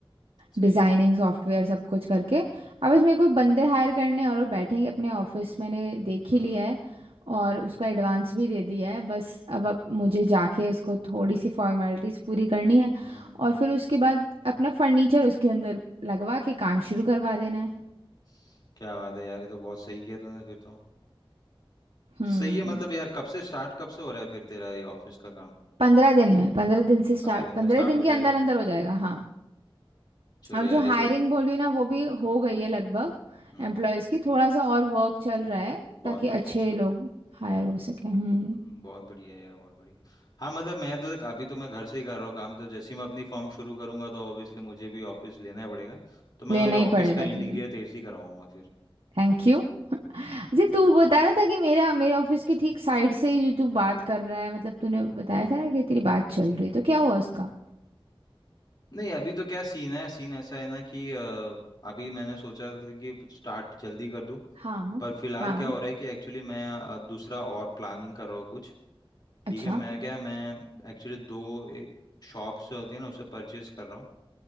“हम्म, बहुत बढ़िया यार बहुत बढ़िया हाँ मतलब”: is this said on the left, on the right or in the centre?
Left